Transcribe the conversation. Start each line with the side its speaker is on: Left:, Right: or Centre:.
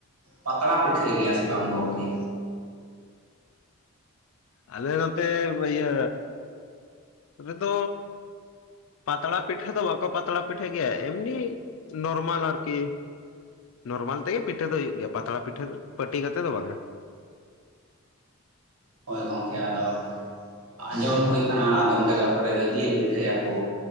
Right: ᱯᱟᱛᱲᱟ ᱯᱤᱴᱷᱟᱹᱭ ᱜᱮᱭᱟ ᱥᱮ ᱵᱟᱝ ᱜᱚᱝᱠᱮ?
Left: ᱟᱞᱮ ᱱᱚᱛᱮ ᱤᱭᱟᱹ ᱨᱮᱫᱚ ᱯᱟᱛᱲᱟ ᱯᱤᱴᱷᱟᱹ ᱫᱚ ᱵᱟᱠᱚ ᱯᱟᱛᱲᱟ ᱯᱤᱴᱷᱟᱹ ᱜᱮᱭᱟ, ᱮᱢᱱᱤ ᱱᱚᱨᱢᱟᱞ ᱟᱨᱠᱤ ᱱᱚᱨᱢᱟᱞ ᱛᱮᱜᱮ ᱯᱤᱴᱷᱟᱹ ᱫᱚ ᱦᱩᱭᱩᱜ ᱜᱮᱭᱟ, ᱯᱟᱛᱲᱟ ᱯᱤᱴᱷᱟᱹ ᱯᱟᱹᱴᱤ ᱠᱟᱛᱮ ᱫᱚ ᱵᱟᱝᱼᱟ᱾
Right: ᱦᱳᱭ ᱜᱚᱝᱠᱮ ᱟᱫᱚ ᱟᱸᱡᱚᱢ ᱦᱩᱭ ᱟᱠᱟᱱᱟ ᱟᱫᱚᱢ ᱡᱟᱭᱜᱟ ᱠᱚᱨᱮ ᱫᱚ ᱡᱤᱞ ᱯᱤᱴᱷᱟᱹᱭ ᱟᱠᱚ᱾